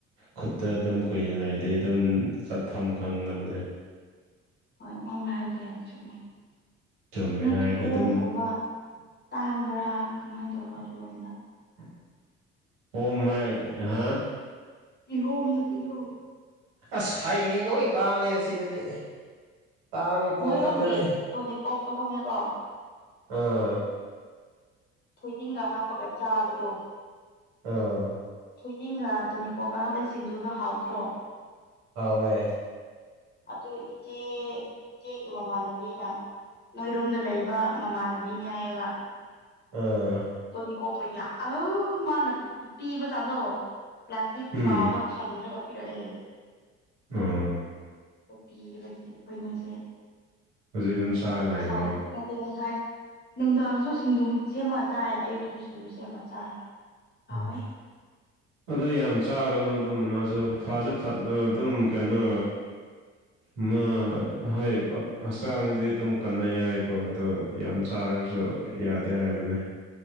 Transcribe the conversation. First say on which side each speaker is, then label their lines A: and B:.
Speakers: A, on the right (about 70°); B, on the left (about 30°).
A: ꯈꯨꯠꯇ ꯑꯗꯨꯝ ꯀꯨꯏꯅ ꯂꯩꯔꯗꯤ ꯗꯨꯝ ꯆꯠꯐꯝ ꯈꯪꯗꯕꯅꯦ
B: ꯍꯣꯏ ꯅꯪꯅ ꯍꯥꯏꯕꯗꯣ ꯌꯥꯝ ꯆꯨꯝꯃꯦ
A: ꯆꯨꯝꯃꯦ
B: ꯅꯣꯏ
A: ꯍꯥꯏꯔꯒ
B: ꯀꯤꯍꯣꯝꯒꯨꯝꯕ
A: ꯑꯗꯨꯝ
B: ꯇꯥꯡꯕ꯭ꯔꯥ ꯀꯃꯥꯏꯅ ꯇꯧꯕ꯭ꯔꯣ ꯀꯤꯍꯣꯝꯗꯣ
A: <unintelligible>
B: ꯀꯤꯍꯣꯝꯗꯨ ꯀꯤꯍꯣꯝ
A: ꯑꯁ ꯍꯩꯗꯤ ꯂꯣꯏ ꯇꯥꯡꯉꯦꯗ ꯁꯤꯗꯗꯤ ꯇꯥꯡꯕ ꯄꯣꯠ
B: ꯅꯣꯏꯔꯣꯝꯒꯤ
A: ꯈꯛꯇꯅꯦ
B: ꯇꯣꯅꯤꯡꯀꯣꯛꯇꯣ ꯈꯪꯉꯦꯀꯣ
A: ꯑꯥ
B: ꯊꯣꯏꯗꯤꯡꯒ ꯍꯥꯞꯄꯒ ꯆꯥꯕꯗꯣ
A: ꯑꯥ
B: ꯊꯣꯏꯗꯤꯡꯒ ꯇꯨꯅꯤꯡꯀꯣꯛꯀ ꯍꯥꯞꯄ ꯁꯤꯡꯖꯨꯗꯣ ꯍꯥꯎꯇ꯭ꯔꯣ
A: ꯍꯥꯎꯋꯦ
B: ꯑꯗꯨ ꯏꯆꯦ ꯏꯆꯦꯒꯤ ꯃꯃꯥꯟꯅꯕꯤꯅ ꯅꯣꯏꯔꯣꯝꯗ ꯂꯩꯕ ꯃꯃꯥꯟꯅꯕꯤꯅꯦ ꯍꯥꯏꯌꯦꯕ꯫
A: ꯑꯝ
B: ꯇꯣꯅꯤꯀꯣꯛꯇꯣ ꯌꯥ ꯑ ꯃꯥꯅ ꯄꯤꯕ ꯖꯥꯝꯗꯣ ꯄ꯭ꯂꯥꯁꯇꯤꯛ
A: ꯎꯝ
B: ꯆꯥꯎꯕ ꯊꯟꯅꯕ ꯄꯤꯔꯛꯑꯦ
A: ꯎꯝ
B: ꯄꯤꯕꯒꯤ ꯑꯩꯈꯣꯏꯅꯤꯁꯦ
A: ꯍꯧꯖꯤꯛ ꯑꯗꯨꯝ ꯆꯥꯔ
B: ꯉꯁꯥꯏ
A: ꯂꯩꯕ꯭ꯔꯣ
B: ꯑ ꯉꯁꯥꯏ ꯅꯨꯡꯗꯥꯡꯁꯨ ꯁꯤꯡꯖꯨ ꯁꯦꯝꯃ ꯆꯥꯏ ꯑꯌꯨꯛꯇꯁꯨ ꯁꯤꯡꯖꯨ ꯁꯦꯝꯃ ꯆꯥꯏ ꯍꯥꯎꯋꯦ
A: ꯎꯝ ꯑꯗꯣ ꯌꯥꯝ ꯆꯥꯒꯅꯨ ꯑꯗꯨꯝꯕꯅꯁꯨ ꯐꯁꯨ ꯑꯗꯨꯝ ꯀꯩꯅꯣ
B: <inaudible>
A: ꯑꯃ ꯍꯣꯏ ꯍꯛꯆꯥꯡꯗꯗꯤ ꯑꯗꯨꯝ ꯀꯟꯅꯩ ꯌꯥꯏꯀꯣ ꯑꯗꯣ ꯌꯥꯝ ꯆꯥꯔꯁꯨ ꯌꯥꯗꯦ ꯍꯥꯏꯕꯅꯦ